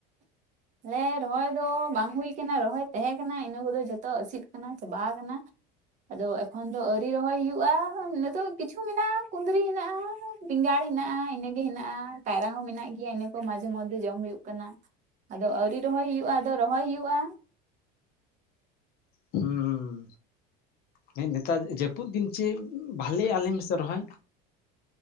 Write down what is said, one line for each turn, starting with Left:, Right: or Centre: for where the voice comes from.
Right: ᱟᱞᱮ ᱨᱚᱦᱚᱭ ᱫᱚ ᱵᱟᱝ ᱦᱩᱭ ᱠᱟᱱᱟ ᱨᱚᱦᱚᱭ ᱛᱟᱦᱮᱸ ᱠᱟᱱᱟ ᱤᱱᱟᱹ ᱠᱚᱫᱚ ᱡᱚᱛᱚ ᱟᱹᱥᱤᱜ ᱠᱟᱱᱟ ᱪᱟᱵᱟ ᱠᱟᱱᱟ ᱟᱫᱚ ᱮᱠᱷᱚᱱ ᱫᱚ ᱟᱹᱣᱨᱤ ᱨᱚᱦᱚᱭ ᱦᱩᱭᱩᱜᱼᱟ ᱱᱤᱛᱳᱜ ᱠᱤᱪᱷᱩ ᱢᱮᱱᱟᱜᱼᱟ ᱠᱩᱸᱫᱽᱨᱤ ᱦᱮᱱᱟᱜᱼᱟ ᱵᱮᱸᱜᱟᱲ ᱦᱮᱱᱟᱜᱼᱟ ᱤᱱᱟᱹᱜ ᱜᱮ ᱦᱮᱱᱟᱜᱼᱟ ᱠᱟᱭᱨᱟ ᱦᱚᱸ ᱢᱮᱱᱟᱜ ᱜᱮᱭᱟ ᱤᱱᱟᱹ ᱠᱚ ᱢᱟᱡᱷᱮ ᱢᱚᱫᱽᱫᱷᱮ ᱡᱚᱢ ᱦᱩᱭᱩᱜ ᱠᱟᱱᱟ ᱟᱫᱚ ᱟᱹᱣᱨᱤ ᱨᱚᱦᱚᱭ ᱦᱩᱭᱩᱜᱼᱟ ᱟᱫᱚ ᱨᱚᱦᱚᱭ ᱦᱩᱭᱩᱜᱼᱟ
Left: ᱦᱩᱸ ᱦᱩᱸ ᱱᱮᱛᱟᱨ ᱡᱟᱹᱯᱩᱫ ᱫᱤᱱ ᱪᱮᱫ ᱵᱷᱟᱞᱮᱜ-ᱟ ᱞᱟᱹᱭ ᱢᱮᱥᱮ ᱨᱚᱦᱚᱭ